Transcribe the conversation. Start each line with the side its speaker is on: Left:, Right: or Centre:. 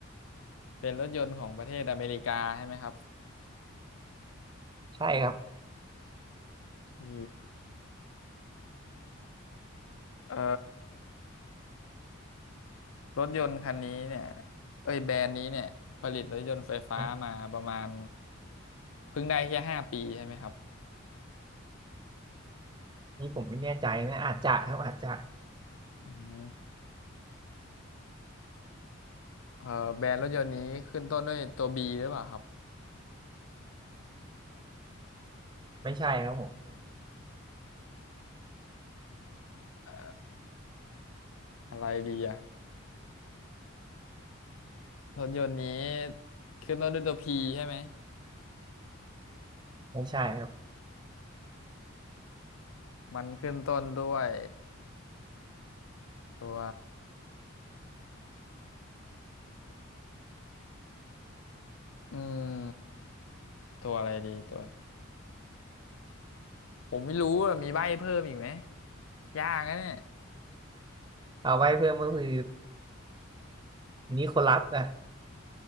Left: เป็นรถยนต์ของประเทศอเมริกาใช่ไหมครับ
Right: ใช่ครับ
Left: พี่เอ่อรถยนต์คันนี้เนี่ยเอ้ยแบรนด์นี้เนี่ยผลิตรถยนต์ไฟฟ้ามาประมาณ
Right: อ่ะ
Left: เพิ่งได้แค่ห้าปีใช่ไหมครับ
Right: นี่ผมไม่แน่ใจนะอาจจะครับอาจจะ
Left: อืมเอ่อแบรนด์รถยนต์นี้ขึ้นต้นด้วยตัวบีหรือเปล่าครับ
Right: ไม่ใช่ครับผม
Left: เอ่ออะไรดีอะรถยนต์นี้ขึ้นต้นด้วยตัวพีใช่ไหม
Right: ไม่ใช่ครับ
Left: มันขึ้นต้นด้วยตัวอืมตัวอะไรดีตัวผมไม่รู้อะมีใบ้เพิ่มอีกไหมยากนะเนี่ย
Right: เอาไว้เพิ่มก็คือนิโคลัสนะ